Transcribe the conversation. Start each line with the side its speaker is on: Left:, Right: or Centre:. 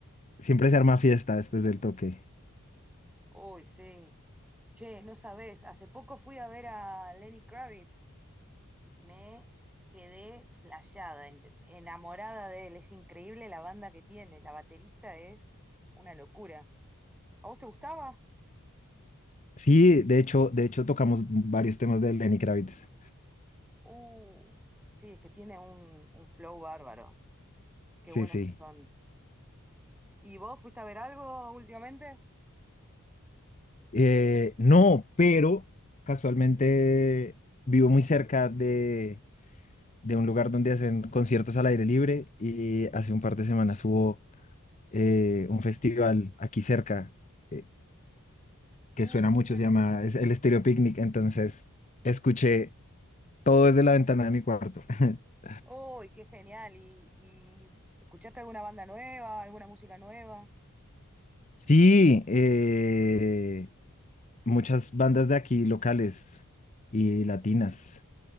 Left: siempre se arma fiesta después del toque.
Centre: Uy, sí. Che, no sabés, hace poco fui a ver a Lenny Kravitz. Me quedé flasheada, en- enamorada de él. Es increíble la banda que tiene. La baterista es una locura. ¿A vos te gustaba?
Left: Sí, de hecho, de hecho tocamos varios temas de Lenny Kravitz.
Centre: Uh, sí, es que tiene un, un flow bárbaro. Qué
Left: Sí,
Centre: buenos
Left: sí.
Centre: que son. ¿Y vos fuiste a ver algo últimamente?
Left: Eh, no, pero casualmente vivo muy cerca de de un lugar donde hacen conciertos al aire libre y hace un par de semanas hubo eh, un festival aquí cerca eh, que
Centre: Uh,
Left: suena
Centre: qué
Left: mucho,
Centre: bueno.
Left: se llama es el Estéreo Picnic, entonces escuché todo desde la ventana de mi cuarto. <laughs>
Centre: Uy, qué genial. ¿Y, y escuchaste alguna banda nueva, alguna música nueva?
Left: Sí, eh, muchas bandas de aquí locales y latinas